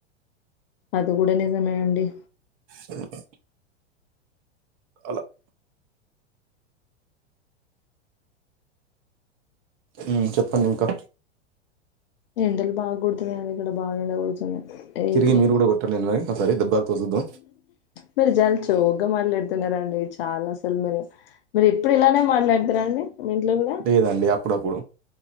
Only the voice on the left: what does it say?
అదికూడ నిజమేనండి
ఎండలు బాగుకొడుతున్నాయ్ కదా ఇక్కడ బాగఎండకొడుతుంది టే
ఇప్పుడు
మీరు జాల జోక్గా మాట్లాడు తున్నారండి చాలా అసలు మీరు మీరు ఎప్పుడు ఇలానే మాట్లాడుతార అండి మీ ఇంట్లో కూడా